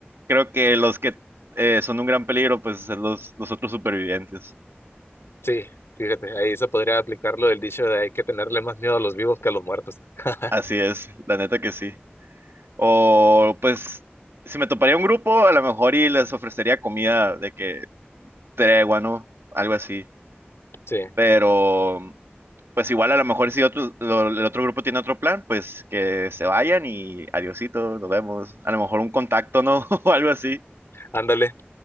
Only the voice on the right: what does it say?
creo que los que eh, son un gran peligro, pues son los, los otros supervivientes.
Así es, la neta que sí. O pues, si me toparía un grupo, a lo mejor y les ofrecería comida de que tregua, ¿no? Algo así.
Pero pues igual a lo mejor si otro, lo- el otro grupo tiene otro plan, pues que se vayan y adiosito, nos vemos. A lo mejor un contacto, ¿no? <laughs> O algo así.